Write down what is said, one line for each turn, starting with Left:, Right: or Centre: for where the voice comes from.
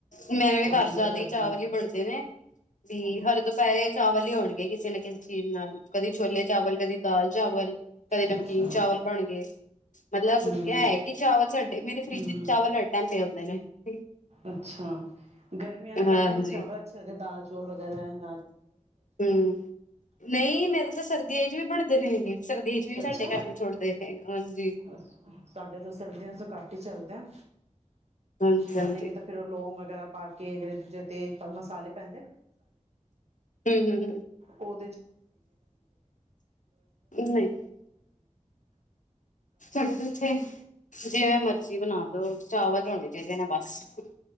Left: ਮੇਰੇ
Right: ਉਹ
Left: ਵੀ ਘਰ
Right: ਚੀਜ਼ਾਂ
Left: ਜ਼ਿਆਦਾ
Right: ਚਲਦੀ
Left: ਹੀ ਚਾਵਲ ਹੀ ਬਣਦੇ ਨੇ ਵੀ ਕੀ ਹਰ ਦੁਪਹਿਰੇ ਚਾਵਲ ਲ ਹੋਣਗੇ ਕਿਸੇ ਨਾ ਕਿਸੇ ਚੀਜ਼ ਨਾਲ ਕਦੀ ਛੋਲੇ ਚਾਵਲ ਕਦੀ ਦਾਲ ਚਾਵਲ ਕਦੇ
Right: ਅੱਛਾ
Left: ਨਮਕੀਨ ਚਾਵਲ ਬਣ ਗਏ ਮਤਲਬ ਸੁਕਆ
Right: ਹਮ
Left: ਹੋਇਆ ਕਿ ਚਾਵਲ ਸਾਡੇ ਮੇਰੇ ਫਰਿੱਜ
Right: ਹਮ
Left: ਚ ਚਾਵਲ ਹ ਕਰਦੇ ਜ <unintelligible>
Right: ਅੱਛਾ ਗਰਮੀ ਹੈ ਨਾ ਗਰਮੀ
Left: ਹਾਂਜੀ
Right: ਚਾਵਲ ਅੱਛੇ ਲੱਦੇ ਦਾਲ ਚੌਲ ਵਗੈਰਾ ਹੈ
Left: ਹਮ ਨਹੀਂ ਮੇਰੇ ਤਾਂ ਸਰਦੀਆਂ ਚ ਵੀ ਬ ਪਦੇ ਰਹੇਗੇ <unintelligible> ਸਰਦੀ ਚ ਵੀ ਸਾਡੇ
Right: ਅੱਛਾ
Left: ਘਰ ਦੇ ਛੱਡਦੇ ਹੈ <unintelligible>
Right: <unintelligible> ਸਾਡੇ ਤੋਂ ਸਰਦੀਆਂ ਚ ਕੱਟ ਚੱਲਦਾ
Left: ਹਾਂਜੀ ਹਾਂਜੀ
Right: ਬਣੇ ਗ ਤਾਂ ਫੇਿਰ ਉਹ ਲੋਂਗ ਵਗੈਰਾ ਪਾ ਕੇ ਜਿ ਦੂਜੇ ਤੇ ਮਸਾਲੇ ਪੈਂ
Left: ਹਮ ਹਮ
Right: ਉਹ
Left: ਹਮ ਨਹੀਂ <unintelligible> ਚਡ ਉਥੇ ਜਿਵੇਂ ਮਰਜ਼ੀ ਬਣਾਲੋ ਚਾਵਲ ਹੋਣੇ ਚਾਹੀਦੇ ਨੇ ਬਸ